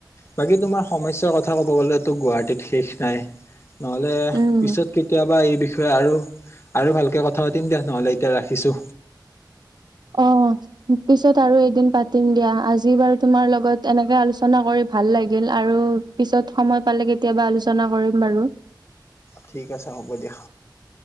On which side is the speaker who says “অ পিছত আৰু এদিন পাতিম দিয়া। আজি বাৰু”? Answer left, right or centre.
Right